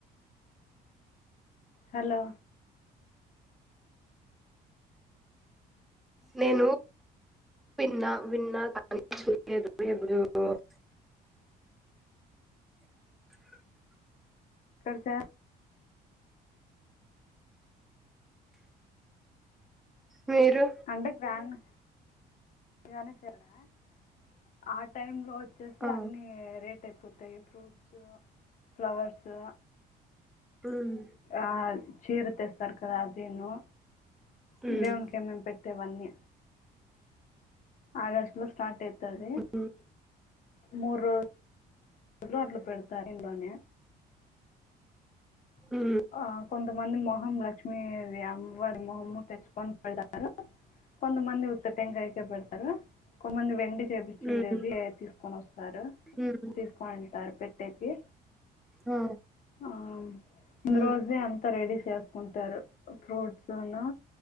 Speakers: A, on the left; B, in the centre.
A: హలో
B: నేను పిన్నా విన్నా కానీ చూలేదు <unintelligible> <inaudible>
A: కార్సె ఎ
B: మీరు
A: అంటే గ్రాండ్ <unintelligible> ఆ టైమ్ లో వచ్చేసి
B: ఆ
A: అన్ని రేట్ ఎక్కు డ్రై ఫ్రూట్స్ ఫ్లవర్సు
B: ఉమ్
A: ఆ చీర తెస్తరు కదా ఆదిను
B: ఉమ్
A: దేవున్కెమ్ ఏమి ఏమి పెట్ వన్నీ ఆగస్ట్ లో స్టార్ట్ అయితది
B: ఉమ్
A: మూడు రోజులు అట్ల పెడతారు ఇండు లోనే
B: ఉమ్
A: ఆ కొంతమంది మొహం లక్ష్మిీ అమ్మవారి మొహమ్ తెచ్చుకొని పెడతారు కొంత మంది ఉత్త టెంకాయకె పెడతారు కొంత మంది వెండి చేపించిండేది
B: ఉమ్
A: తీసుకొని వస్తారు
B: ఉమ్
A: తీసుకొని అంటారు పెట్టేకి
B: ఆ
A: ఆ ముందు
B: ఉమ్
A: రోజే అంతా రెడీ చేసుకుంటారు ఫ్రూట్సును